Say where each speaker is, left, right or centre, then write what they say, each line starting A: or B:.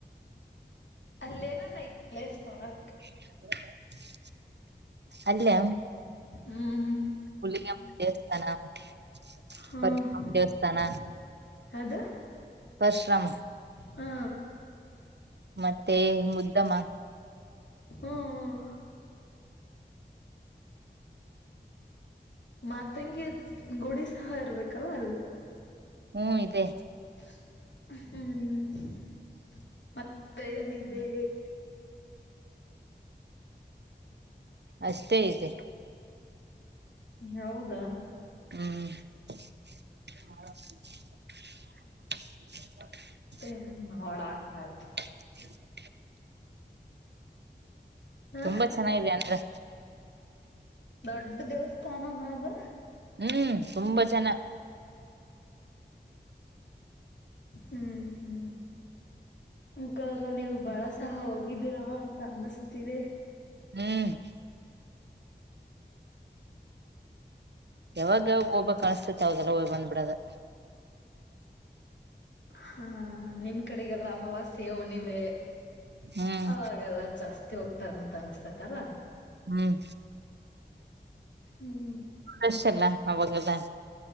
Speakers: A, on the left; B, on the right.
A: ಅಲ್ಲೇ ಏನನ್ ಐತಿ ಪ್ಲೇಸ್ ನೋಡಕ
B: <inaudible> ಅಲ್ಲೇ
A: ಹ್ಮ್
B: <inaudible>
A: <inaudible>
B: ಪರಶುರಾಮ ದೇವಸ್ಥಾನ ಪಶ್ರಾಮ
A: ಹಾ
B: ಮತ್ತೆ ಮುದ್ದಮ್ಮ
A: ಹ್ಮ್ ಹ್ಮ ಮಾತಂಗಿ ಗುಡಿ ಸಹ ಇರ್ಬೇಕಲ್ಲ ಅಲ್ಲಿ
B: ಹ್ಮ್ ಇದೆ
A: ಹ್ಮ್ ಮತ್ತೇನಿದೆ
B: ಅಷ್ಟೇ ಐತೆ
A: ಹೌದಾ
B: ಹ್ಮ್ <unintelligible> <inaudible>
A: <unintelligible>
B: ಹ್ಮ
A: ಹ
B: ತುಂಬಾ ಚೆನ್ನಾಗಿ ಅಂದ್ರೆ
A: ದೊಡ್ಡ ದೇವಸ್ಥಾನನದು
B: ಹ್ಮ್ ತುಂಬಾ <unintelligible>
A: ಹ್ಮ್ ಹ್ಮ್ ಊಂಕ್ಕ ನೀವು ಬಹಳ ಸಹ ಹೋಗಿದೀರಾ ಅಂತ ಅನುಸ್ತಿದೆ.
B: ಹ್ಮ್ ಯಾವಾಗ್ ಯಾವಾಗ್ ಹೋಬೇಕಸ್ತತೆ ಅವಾಗೆಲ್ಲ ಹೋಯ್ ಬಂದ್ಬಿಡದೆ.
A: ಹಾಂ ನಿಮ್ ಕಡೆಗೆಲ್ಲ ಅಮಾವಾಸ್ಯೆ ಹುಣ್ಣಿಮೆ
B: ಹ್ಮ್
A: ಅವಾಗೆಲ್ಲ ಜಾಸ್ತಿ ಹೋಗ್ತಾರಂತ ಅನಿಸ್ತೈತಲ್ಲ
B: ಹ್ಮ್
A: ಹ್ಮ್
B: ಅಷ್ಟೆಲ್ಲಾ ಅವಾಗದ.